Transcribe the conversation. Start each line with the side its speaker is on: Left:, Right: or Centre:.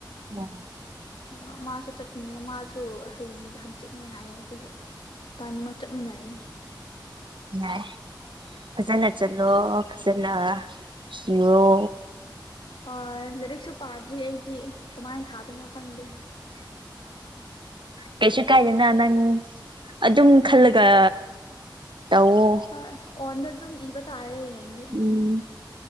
Right: ꯑ
Left: ꯑ ꯃꯥꯁꯨ ꯆꯠꯈꯤꯅꯤ ꯃꯥꯁꯨ ꯍꯌꯦꯡꯒ ꯍꯪꯆꯤꯠꯅꯦ ꯍꯥꯏ ꯑꯗꯨꯗꯤ ꯄꯅꯤꯃ ꯆꯠꯃꯤꯟꯅꯔꯦꯅꯦ
Right: <inaudible> ꯐꯖꯅ ꯆꯠꯂꯣ ꯐꯖꯅ ꯁꯤꯔꯣ
Left: ꯍꯣꯏ ꯂꯥꯏꯔꯤꯛꯁꯨ ꯄꯥꯗ꯭ꯔꯤ ꯑꯩꯗꯤ ꯀꯃꯥꯏꯅ ꯊꯥꯗꯣꯏꯅꯣ ꯈꯪꯗꯦ
Right: ꯀꯩꯁꯨ ꯀꯥꯏꯗꯦꯅ ꯅꯪ ꯑꯗꯨꯝ ꯈꯜꯂꯒ ꯇꯧꯋꯣ
Left: ꯑ ꯑꯣꯟ ꯑꯗꯨꯝ ꯏꯕ ꯇ ꯍꯥꯏꯔꯦ ꯦꯪ
Right: ꯎꯝ